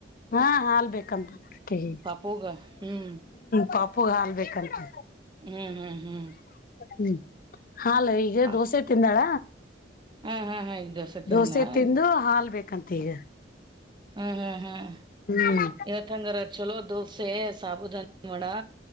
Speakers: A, on the left (about 50°); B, on the right (about 25°).
A: ಹಾ ಹಾಲ್ ಬೇಕಂತ ಅಕಿಗೆ.
B: ಪಾಪುಗ ಹ್ಮ್
A: ಪ್ಪೂ ಹಾಲ್ಬೇಕಂತೆ‌.
B: ಹ್ಮ್ ಹ್ಮ್ ಹ್ಮ್
A: ಹ್ಮ್ ಹಾಲು ಈಗ
B: ಹ
A: ದೋಸೆ ತಿಂದಾಳ.
B: ಹಾ ಹಾ ಹಾ ಈಗ ತಿನ್ಲಾ
A: ದೋಸೆ ತಿಂದು
B: ಹ್ಮ್
A: ಹಾಲ್ ಬೇಕಂತೆ ಈಗ.
B: ಹ್ಮ ಹ್ಮ್ ಹ್ಮ್
A: ಹ್ಮ್
B: ಯಾಕಂದ್ರೆ ಚಲೋ ದೋಸೆ ಸಾಬೂಧಾನ್ ನೋಡಾ